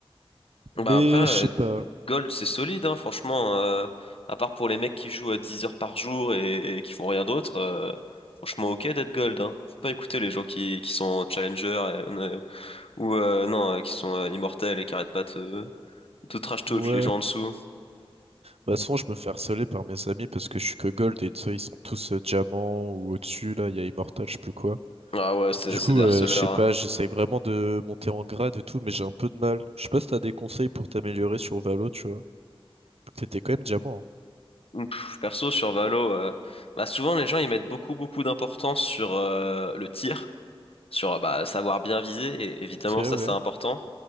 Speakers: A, on the right; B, on the left.
A: Mais
B: Bah après, euh,
A: je sais pas.
B: Gold c'est solide, hein, franchement. euh, à part pour les mecs qui jouent à 10 heures par jour et, et qui font rien d'autre, euh, franchement ok d'être Gold. Hein. Faut pas écouter les gens qui, qui sont Challenger et- euh, ou euh, non, euh, qui sont euh, immortels et qui arrêtent pas de, de trash talk,
A: Ouais.
B: les gens en dessous.
A: Bah souvent je me fais harceler par mes amis parce que je suis que gold et tu sais, ils sont tous euh, diamants ou au-dessus là, il y a immortal, je sais plus quoi.
B: Ah ouais, c'est
A: Du
B: c'est
A: coup,
B: des harceleurs.
A: euh, je sais
B: hein.
A: pas, j'essaye vraiment de monter en grade et tout, mais j'ai un peu de mal. Je sais pas si t'as des conseils pour t'améliorer sur Valo, tu vois. T'étais quand même diamant.
B: Pff, Perso, sur Valo, euh, bah souvent les gens ils mettent beaucoup beaucoup d'importance sur euh, le tir, sur euh, bah, savoir bien viser, et évidemment
A: hein.
B: ça
A: Ok,
B: c'est
A: ouais.
B: important,